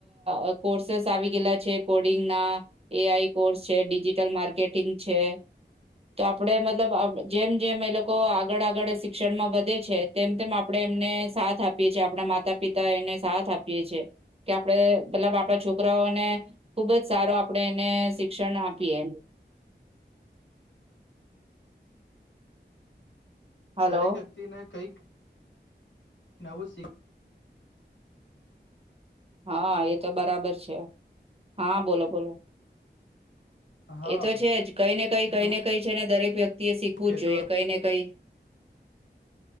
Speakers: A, on the right; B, on the left.
A: અ કોર્સેસ આવી ગયેલા છે. કોડિંગ ના એ આઈ કોર્સ છે, ડિજિટલ માર્કેટિંગ છે. તો આપડે મતલબ જેમ જેમ એ લોકો આગળ આગળ શિક્ષણમાં વધે છે. તેમ તેમ આપડે એમને સાથ આપીએ છીએ આપણા માતા પિતા એને સાથ આપીએ છીએ. કે આપડે મતલબ આપડા છોકરાઓને ખુબ જ સારો આપણે એને શિક્ષણ આપીએ હલો
B: દરેક વ્યક્તિ ને કઈક નવું શીખ
A: હા એ તો બરાબર છે હા બોલો બોલો
B: હા
A: એ તો છે જ કઈ ને કઈ
B: નહી
A: કઈ
B: હું
A: ને કઈ છે ને દરેક વ્યક્તિ એ શીખવું
B: કેતો
A: જ જોઈએ કઈ ને કઈ